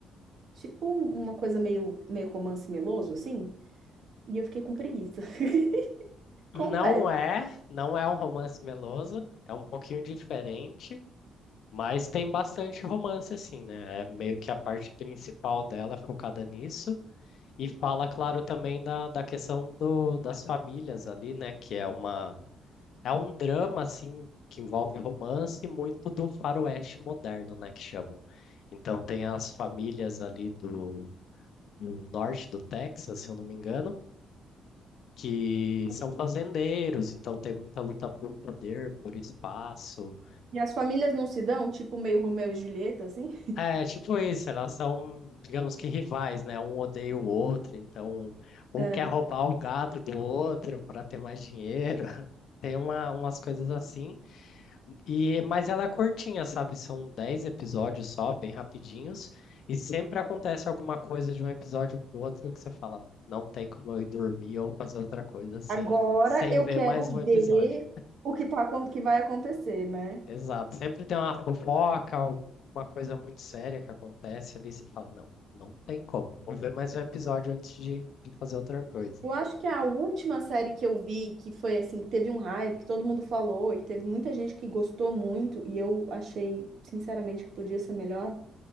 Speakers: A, on the right; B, on the left.
A: tipo uma coisa meio, meio romance meloso, assim, e eu fiquei com preguiça. <laughs>
B: Não
A: Confesso.
B: é, não é um romance meloso, é um pouquinho diferente, mas tem bastante romance assim, né? É meio que a parte principal dela é focada nisso e fala, claro, também da, da questão do, das famílias ali, né? Que é uma é um drama assim que envolve romance e muito do faroeste moderno, né? Que chamam. Então tem as famílias ali do, do norte do Texas, se eu não me engano que são fazendeiros, então tem muita luta por poder, por espaço.
A: E as famílias não se dão, tipo meio Romeu e Julieta, assim.
B: É, tipo isso, elas são, digamos que rivais, né? Um odeia o outro, então um
A: Ahn,
B: quer roubar o gado do outro para ter mais dinheiro. <laughs> Tem uma, umas coisas assim. E, mas ela é curtinha, sabe? São 10 episódios só, bem rapidinhos, e sempre acontece alguma coisa de um episódio pro outro que você fala, não tem como eu ir dormir ou fazer outra coisa sem,
A: Agora
B: sem
A: eu
B: ver
A: quero
B: mais
A: ver
B: um episódio.
A: o que tá, acon- que vai acontecer, né?
B: Exato. Sempre tem uma fofoca, alguma coisa muito séria que acontece ali. Você fala, não, não tem como. Vou ver mais um episódio antes de, de fazer outra coisa.
A: Eu acho que a última série que eu vi, que foi assim, que teve um hype, que todo mundo falou, e que teve muita gente que gostou muito, e eu achei, sinceramente, que podia ser melhor,